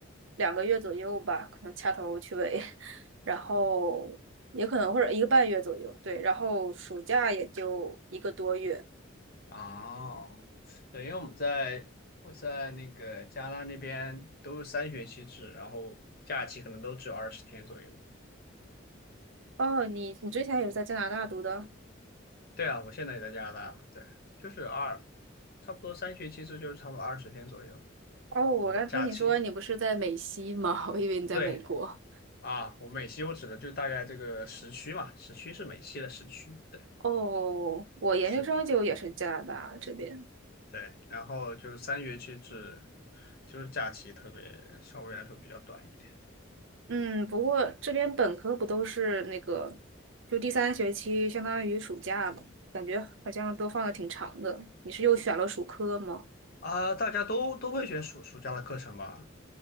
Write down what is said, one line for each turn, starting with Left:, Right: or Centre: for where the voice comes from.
Right: 两个月左右吧，可能掐头去尾，<laughs> 然后也可能或者一个半月左右，对，然后暑假也就一个多月。
Left: 哦，对，因为我们在我在那个加拿大那边都是三学期制，然后假期可能都只有二十天左右。
Right: 哦，你你之前也是在加拿大读的？
Left: 对啊，我现在也在加拿大嘛，对，就是二，差不多三学期制就是差不多二十天左右。
Right: 哦，我刚听你说你不是在美西吗？
Left: 哦，假期，
Right: <laughs> 我以为你在美国。
Left: 对啊，我美期我指的就大概这个时区嘛，时区是美期的时区，对，
Right: 哦，我研究生就也是加拿大这边。
Left: 是的，对，然后就是三学期制，就是假期特别稍微来说比较短一点。
Right: 嗯，不过这边本科不都是那个，就第三学期相当于暑假嘛，感觉好像都放的挺长的。你是又选了暑科吗？
Left: 啊，大家都都会选暑暑假的课程吧？